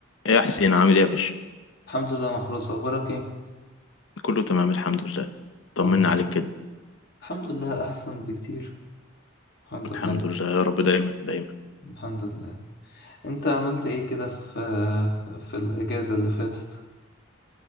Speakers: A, on the left; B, on the left.
A: ايه يا حسين عامل ايه يا باشا
B: الحمد لله محروس أخبارك إيه؟
A: كله تمام الحمد لله
B: الحمد
A: طمنا
B: لله
A: عليك كده
B: الحمد لله أحسن بكتير الحمد لله
A: الحمد لله يا رب دايما دايما
B: الحمد لله أنت عملت إيه كده في في الإجازة اللي فاتت؟